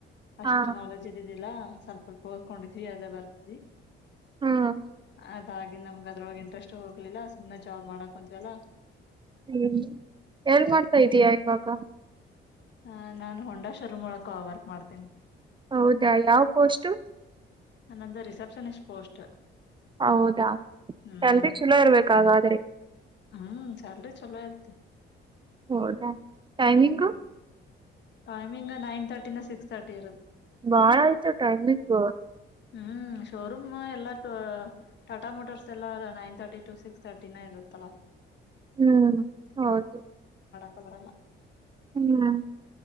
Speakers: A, on the left (about 60°); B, on the right (about 25°).
A: ಅಷ್ಟು
B: ಹಾ
A: ನಾಲೆಜ್ ಇದ ಸ್ವಲ್ಪ ಸ್ವಲ್ಪ ಓದಕೊಂಡಿದವಿ ಅದ ಬರದಿದವಿ
B: ಹ್ಮ್
A: ಅದಾಗಿ ನಮ ಅದ್ರೂಳಗ ಇಂಟ್ರೆಸ್ಟ್ ಹೋಗ್ಲಿಲ್ಲ ಸುಮ್ಮನೆ ಜಾಬ್ ಮಾಡಕುಂತವಲ್ಲ
B: ಹ್ಮ್ ಎಲ್ಲ ಮಾಡ್ತಾ ಇದೀಯ ಇವಾಗ
A: ಹ ನಾನ್ ಹೊಂಡಾ ಶೋರೂಂ ಒಳಗ ವರ್ಕ್ ಮಾಡ್ತೇನಿ
B: ಹೌದಾ ಯಾವ ಪೋಸ್ಟು
A: ನಂದ ರಿಸೆಪ್ಷನಿಸ್ಟ್ ಪೋಸ್ಟ್
B: ಹೌದಾ
A: ಹ್ಮ್
B: ಸ್ಯಾಲರಿ ಚಲೋ ಇರ್ಬೇಕ ಹಾಗಾದ್ರೆ
A: ಹ್ಮ್ ಸ್ಯಾಲ್ರಿ <inaudible>
B: ಹೊದ ಟೈಮಿಂಗು.
A: ಹ್ಮ್ ಟೈಮಿಂಗ್ ನೈನ್ ತರ್ಟಿಿಂದ ಸಿಕ್ಸ್ ತರ್ಟಿ ಇರುತ್ತೆ.
B: ಬಾಳ ಆಯ್ತು ಟೈಮಿಂಗು.
A: ಹ್ಮ್ ಶೋರೂಮ್ ಎಲ್ಲಾ ಟಾಟಾ ಮೋಟರ್ಸ್ ಎಲ್ಲ ನೈನ್ ತರ್ಟಿ ಟು ಸಿಕ್ಸ್ ತರ್ಟಿನ ಇದು. <unintelligible>
B: ಹ್ಮ್ ಹೌದು.
A: <unintelligible>
B: ಹ್ಮ್